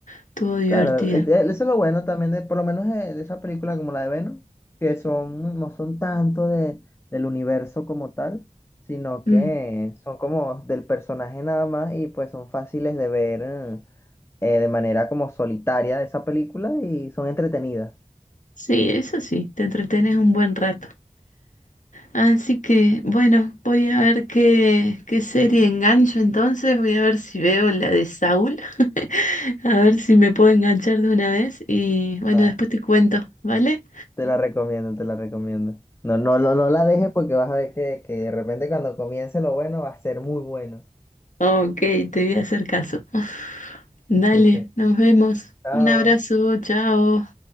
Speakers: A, on the left; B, on the left.
A: Estuvo divertida.
B: Claro, eh, eh, eso es lo bueno también de, por lo menos eh, de esas películas como la de Venom, que son, no son tanto de, del universo como tal, sino
A: Mm,
B: que son como del personaje nada más y pues son fáciles de ver eh, eh, de manera como solitaria de esa película y son entretenidas.
A: Sí, eso sí, te entretenes un buen rato. Así que, bueno, voy a ver qué, qué serie engancho entonces. Voy a ver si veo la de Saúl. <laughs> A ver si me puedo enganchar de una vez. Y bueno,
B: Va,
A: después te cuento, ¿vale?
B: te la recomiendo, te la recomiendo. No, no, no, no la dejes porque vas a ver que, que de repente cuando comience lo bueno va a ser muy bueno.
A: Ok, te voy a hacer caso. <laughs> Dale,
B: <laughs>
A: nos vemos.
B: Chao.
A: Un abrazo, chao.